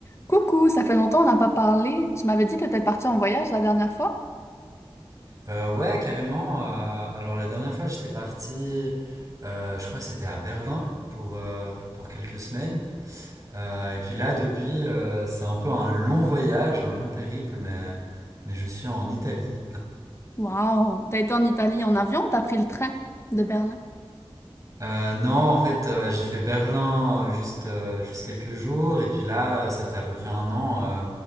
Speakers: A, on the left (about 30°); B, on the right (about 35°).
A: Coucou, ça fait longtemps on n'a pas parlé. Tu m'avais dit que tu étais partie en voyage la dernière fois?
B: Euh, ouais, carrément. euh, alors la dernière fois, j'étais parti, euh, je crois que c'était à Berlin pour, euh, pour quelques semaines. Euh, et puis là, depuis, euh, c'est un peu un long voyage, un long périple, mais, mais je suis en Italie.
A: Wow, t'as été en Italie en avion, ou t'as pris le train de Berlin.
B: Euh, non, en fait, euh, j'ai fait Berlin euh, juste, euh, juste quelques jours. Et puis là, euh, ça fait à peu près un an, euh,